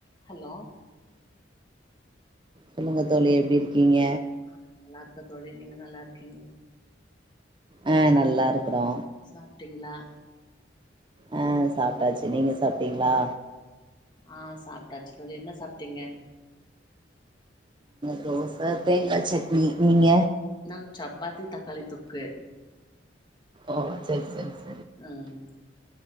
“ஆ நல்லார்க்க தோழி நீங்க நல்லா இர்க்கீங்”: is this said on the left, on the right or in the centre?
Left